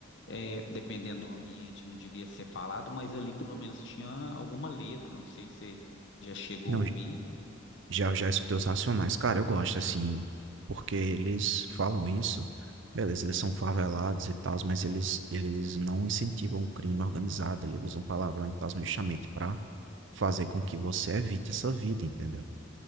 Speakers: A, on the left; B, on the right.
A: é, dependendo do ambiente, não devia ser falado, mas ali pelo menos tinha alguma letra, não sei se você já chegou
B: Não,
A: a ouvir.
B: já, já escutei os Racionais. Cara, eu gosto, assim, porque eles falam isso. Beleza, eles são favelados e tal, mas eles, eles não incentivam o crime organizado. Eles usam palavrão e tal, justamente
A: Sim.
B: pra fazer com que você evite essa vida, entendeu?